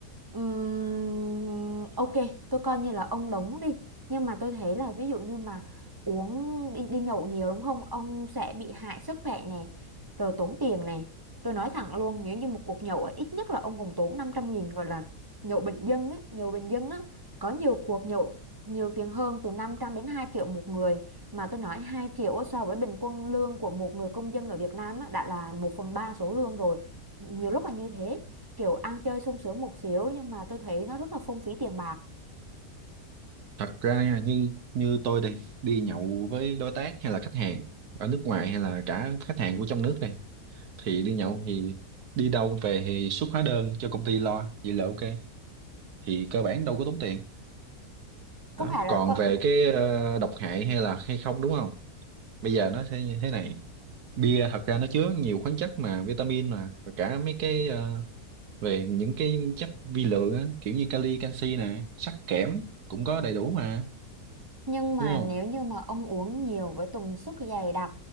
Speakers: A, on the right; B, on the right.
A: Ừm, ok, tôi coi như là ông đóng đi. Nhưng mà tôi thấy là ví dụ như mà uống đi, đi nhậu nhiều đúng không? Ông sẽ bị hại sức khỏe này, rồi tốn tiền này. Tôi nói thẳng luôn, nếu như một cuộc nhậu á, ít nhất là ông cũng tốn năm trăm nghìn gọi là nhậu bình dân ấy, nhậu bình dân á. Có nhiều cuộc nhậu nhiều tiền hơn từ 500 đến 2 triệu một người. Mà tôi nói 2 triệu á, so với bình quân lương của một người công dân ở Việt Nam á, đã là một phần 3 số lương rồi. Nhiều lúc là như thế kiểu ăn chơi sung sướng một xíu nhưng mà tôi thấy nó rất là phung phí tiền bạc
B: Thật ra nha, như như tôi đi, đi nhậu với đối tác hay là khách hàng ở nước ngoài hay là cả khách hàng của trong nước đây, thì đi nhậu thì đi đâu về thì xuất hóa đơn cho công ty lo, vậy là ok, thì cơ bản đâu có tốn tiền.
A: có
B: Đó,
A: phải là
B: còn
A: có
B: về cái ờ, độc hại hay là hay không đúng không? bây giờ nó sẽ như thế này bia thật ra nó chứa nhiều khoáng chất mà vitamin mà và cả mấy cái ờ, về những cái chất vi lượng á, kiểu như kali canxi nè sắt kẽm cũng có đầy đủ mà
A: Nhưng mà
B: đúng không
A: nếu như mà ông uống nhiều với tần suất dày đặc